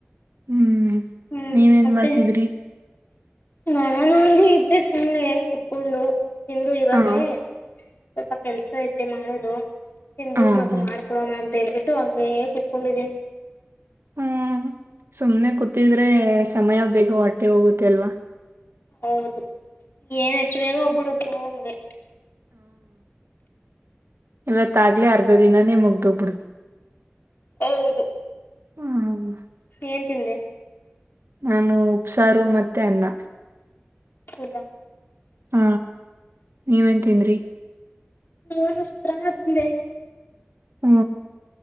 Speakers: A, on the right; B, on the left.
A: ಹ್ಮ್
B: ಹ್ಮ್
A: ನೀವೇನ್
B: ಮತ್ತೆ
A: ಮಾಡ್ತಿದ್ರಿ
B: ನಾನಂಗ ಇದ್ದೆ ಸುಮ್ನೆ ಕುತ್ಕೊಂಡು ತಿಂದು ಇವಾಗ್ಲೇ
A: ಹ
B: ಸ್ವಲ್ಪ ಕೆಲ್ಸ ಐತೆ ಮಾಡೋದು ತಿಿಂದ್ಬಿಟ್ಟ
A: ಹ
B: ಮತ್ೆ
A: ಹ
B: ಮಾಡಕೊಡೋಣ ಅಂತ ಹೇಳ್ಬಿಟ್ಟು ಬಿಟ್ಟಂಗ ಏ ಕುತ್ಕೊಂಡಿದೆ
A: ಹ್ಮ್ ಸುಮ್ನೆ ಕೂತಿದ್ರೆ ಸಮಯ ಬಗು ಹೊಟ್ಟೆ ಹೋಗುತ್ತೆ ಅಲ್ವಾ
B: ಹೌದು ಏನ್ ಎಷ್ಟು ಬೇಗ ಹೋಗ್ಬಿಡತ್ತು ಹ
A: ಹಇವತ್ತಾಗ್ಲೆ ಅರ್ಧ ದಿನಾನೇ ಮುಗ್ದೋಗ್ಬಿಡ್ತು
B: ಹೌದು
A: ಹ ಹೌದು
B: ಏನ್ ತಿಂದೆ
A: ನಾನು ಉಪ್ಸಾರು ಮತ್ತೆ ಅನ್ನ
B: ಹೌದಾ
A: ಹ ನೀವೇನ್ ತಿಂದ್ರಿ
B: ನಾನು ಚಿತ್ರಾನ್ನ ತಿಂದೆ
A: ಹೂ